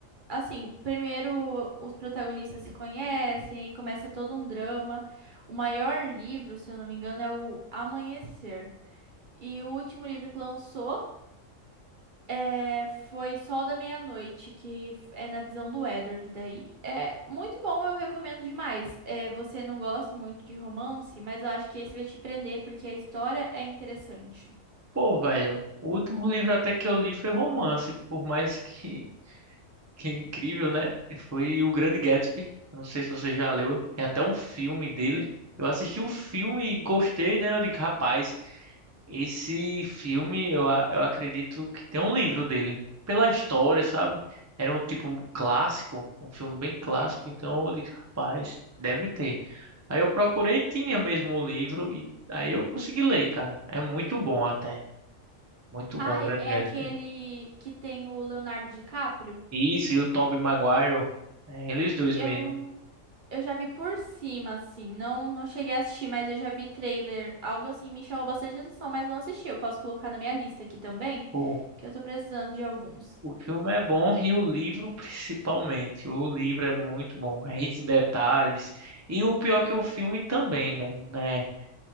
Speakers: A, on the right (about 45°); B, on the right (about 25°).
A: assim, primeiro os protagonistas se conhecem e começa todo um drama. O maior livro, se eu não me engano, é o Amanhecer. E o último livro que lançou. É, foi Sol da Meia-Noite, que f- é na visão do Edward daí. É muito bom, eu recomendo demais. É, você não gosta muito de romance, mas eu acho que esse vai te prender porque a história é interessante.
B: Pô, velho, o último livro até que eu li foi romance, por mais que que é incrível, né? Foi o Grande Gatsby. Eu Não sei se você já leu. Tem até um filme dele. Eu assisti o filme e gostei, né? Eu digo, rapaz, esse filme eu, a- eu acredito que tem um livro dele. Pela história, sabe? Era um tipo um clássico, um filme bem clássico. Então eu disse, rapaz, deve ter. Aí eu procurei, tinha mesmo o livro. E aí eu consegui ler, cara. É muito bom até. Muito
A: Ai,
B: bom, o Grande
A: é
B: Gatsby.
A: aquele que tem o Leonardo DiCaprio?
B: Isso, e o Tobey Maguire. é, eles dois
A: Eu
B: mesmo.
A: eu já vi por cima assim, não não cheguei a assistir, mas eu já vi trailer, algo assim me chamou bastante atenção, mas não assisti. Eu posso colocar na minha lista aqui também,
B: Pô,
A: que eu tô precisando de alguns.
B: O filme é bom e o livro principalmente. O livro é muito bom, é rico em detalhes. E o pior que o filme também, velho, né?